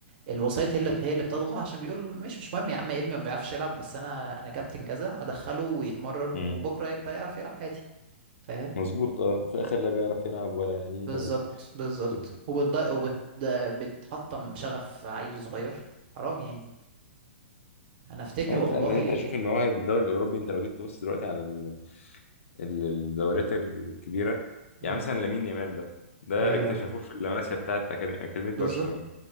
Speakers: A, on the right; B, on the left.
A: الوسيط هي اللي هي اللي بتضغط عشان بيقول مش مش مهم يا عم ابني ما بيعرفش يلعب بس انا انا كابتن كذا هدخله ويتمرن
B: مم.
A: وبكره يبقى يعرف يلعب عادي فاهم
B: مظبوط اه وفي الاخر لا بيعرف يلعب ولا نيلة
A: فبالظبط بالظبط
B: وكده
A: وبتضايق وبتحطم شغف عيل صغير حرام يعني انا افتكر
B: صحيح
A: والله
B: فعلا يعني انت شوف المواهب بالدوري الاوروبي انت لو جيت تبص دلوقتي على ال- ال- الدوريات الكبيره
A: مم.
B: يعني مثلا لامين يامال ده ده
A: ايوه
B: اكتشفوه في اللمسيه بتاعت أكاد- اكاديميه
A: بالظبط
B: برشلونه